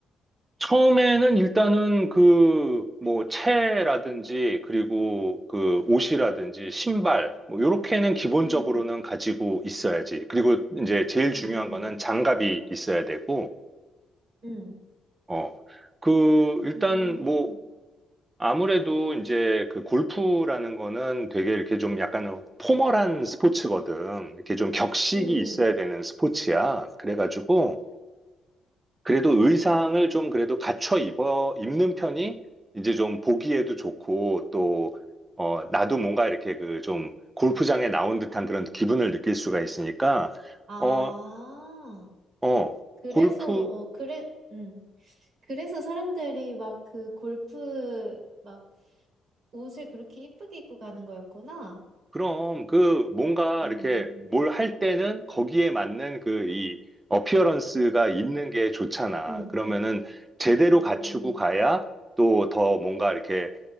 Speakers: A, on the right (about 20°); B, on the right (about 60°).
A: 처음에는 일단은 그, 뭐, 채라든지, 그리고 그 옷이라든지, 신발, 뭐, 요렇게는 기본적으로는
B: 응,
A: 가지고 있어야지. 그리고 이제 제일
B: 응,
A: 중요한
B: 응, 응,
A: 거는 장갑이 있어야 되고,
B: 응,
A: 어. 그, 일단
B: 응,
A: 뭐, 아무래도 이제 그 골프라는 거는 되게 이렇게 좀 약간 포멀한 스포츠거든. 이렇게 좀 격식이
B: 응, 응.
A: 있어야
B: 응.
A: 되는 스포츠야. 그래가지고 그래도 의상을 좀 그래도 갖춰 입어 입는 편이 이제 좀 보기에도 좋고 또 어, 나도 뭔가 이렇게 그 좀 골프장에 나온 듯한 그런 기분을 느낄 수가 있으니까
B: 아.
A: 어, 어,
B: 그래서
A: 골프
B: 어 그래 음 그래서 사람들이 막 그 골프 막 옷을 그렇게 이쁘게 입고 가는 거였구나.
A: 그럼 그 뭔가
B: 음,
A: 이렇게 뭘 할 때는 거기에 맞는 그 이 어피어런스가 있는 게 좋잖아.
B: 응.
A: 그러면은 제대로
B: 음,
A: 갖추고 가야 또 더 뭔가 이렇게